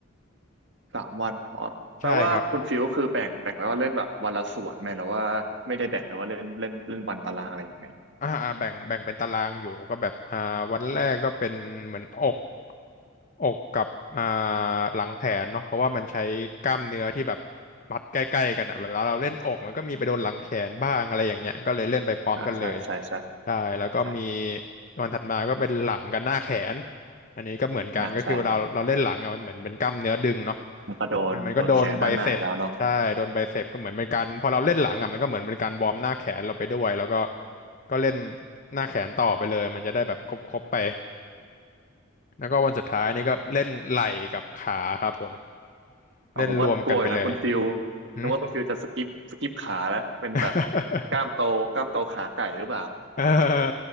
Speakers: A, on the right; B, on the left.
A: สามวันอ๋อแปลว่าคุณฟิลก็คือแบ่งแบ่งไว้ว่าเล่นแบบวันละส่วนไหมหรือว่าไม่ได้แบ่งเลยว่าเล่นเล่นเล่นวันตารางอะไรยังไง
B: ใช่ครับอ่าอ่าแบ่งแบ่งเป็นตารางอยู่ก็แบบอ่าวันแรกก็เป็นเหมือนอกอกกับอ่าหลังแขนเนาะเพราะว่ามันใช้กล้ามเนื้อที่แบบมัดใกล้ๆกันอ่ะแบบเราเราเล่นอกมันก็มีไปโดนหลังแขนบ้างอะไรอย่างเงี้ยก็เลยเล่นไปพร้อมกันเลย
A: อ่าใช่ใช่ใช่
B: ใช่แล้วก็มี
A: ใช่
B: วันถัดมาก็เป็นหลังกับหน้าแขนอันนี้ก็เหมือนกันก็คือเวลาเราเล่นหลังอ่ะมันเหมือนเป็นกล้ามเนื้อดึงเนาะ
A: อ่าใช่ครับผมก็โดนโดนแขนด้านหน้าอีกแล้วเนาะ
B: มันมันก็โดนไบเซป ใช่โดนไบเซปก็เหมือนเป็นการพอเราเล่นหลังอ่ะมันก็เหมือนเป็นการวอร์มหน้าแขนเราไปด้วยแล้วก็ก็เล่นหน้าแขนต่อไปเลยมันจะได้แบบครบๆไปแล้วก็วันสุดท้ายนี่ก็เล่นไหล่กับขาครับผม
A: เอาผมก็กลัวอยู่นะคุณฟิล
B: เล่นรวมกันไปเลยหึ
A: นึกว่าคุณฟิลจะสกิปสกิปขาแล้วเป็นแบบ
B: <laughs>
A: กล้ามโตกล้ามโตขาไก่หรือเปล่า
B: เออ <laughs>